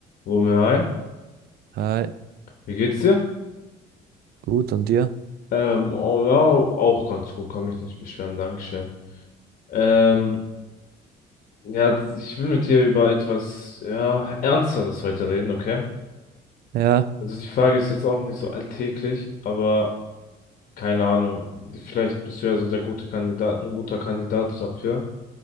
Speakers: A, on the left; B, on the right.
A: Romeo, hi,
B: Hi,
A: wie geht's dir?
B: gut, und dir?
A: Ähm, oh, ja, auch ganz gut, kann mich nicht beschweren, Dankeschön. Ähm, ja, das- ich will mit dir über etwas, ja, Ernsteres heute reden, okay?
B: Ja,
A: Also die Frage ist jetzt auch nicht so alltäglich, aber keine Ahnung, vielleicht bist du ja so der gute Kandidat, ein guter Kandidat dafür.